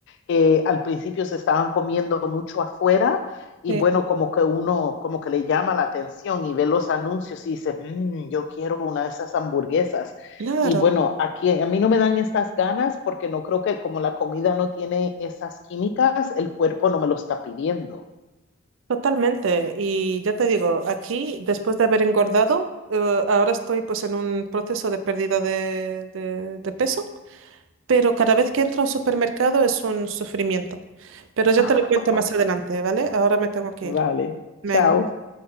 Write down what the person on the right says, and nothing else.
Sí,
claro,
totalmente. Y ya te digo, aquí, después de haber engordado, eh, ahora estoy pues en un proceso de pérdida de, de de peso. Pero cada vez que entro a un supermercado es un sufrimiento. Pero ya
te lo cuento más adelante, ¿vale? Ahora me tengo que ir.
Venga.